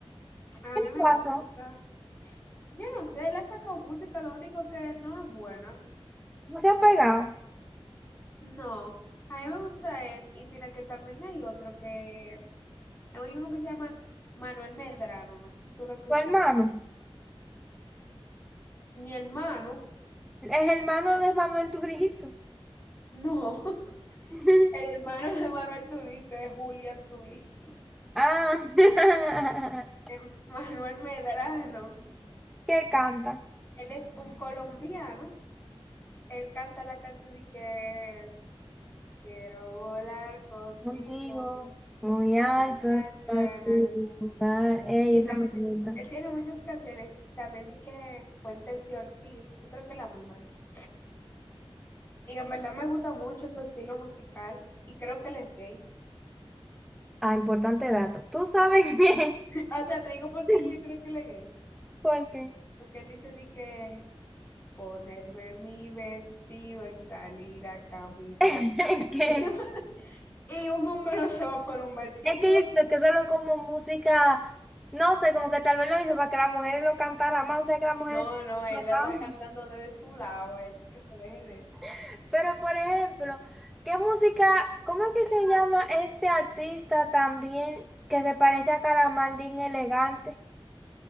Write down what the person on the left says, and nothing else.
A
mí
me
gusta. Yo no sé, él ha sacado música, lo único que no es buena.
No, a mí me gusta él. Y mira que también hay otro que, hay uno que se llama Manuel Medrano, no sé si tú lo has escuchado.
Mi hermano,
no, <laughs>
el hermano de Manuel Turizo es Julián Turizo.
<laughs>
El Manuel Medrano,
él es un colombiano, él canta la canción de que quiero volar contigo
Alejandro,
en
algún-
Y
también,
él tiene muchas canciones, también di que Fuentes de Ortiz, yo creo que la misma es. Y en verdad me gusta mucho su estilo musical y creo que él es gay.
<laughs> O sea, te digo porque
yo creo que él es gay.
Porque él dice di que ponerme mi vestido y salir a caminar.
<laughs> Y un hombre no se va a poner un vestido.
No, no, él
lo
está cantando desde su lado, él que se deje de eso.